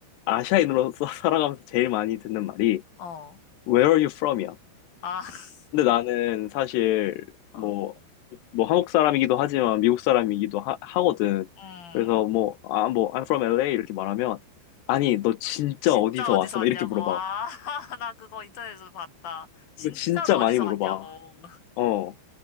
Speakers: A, on the left (about 75°); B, on the left (about 55°).
A: 아시아인으로서 <laughs> 살아가면서 제일 많이 듣는 말이
B: 어,
A: Where are you from이야.
B: 아, <laughs>
A: 근데 나는 사실
B: 어,
A: 뭐, 뭐 한국 사람이기도 하지만 미국 사람이기도 하, 하거든.
B: 음,
A: 그래서 뭐, 아, 뭐, I'm from LA 이렇게 말하면, 아니, 너 진짜
B: 진짜
A: 어디서
B: 어디서
A: 왔어?
B: 왔냐고,
A: 막 이렇게 물어봐.
B: 아, <laughs> 나 그거 인터넷에서 봤다. 진짜로
A: 너 진짜
B: 어디서
A: 많이 물어봐.
B: 왔냐고,
A: 어.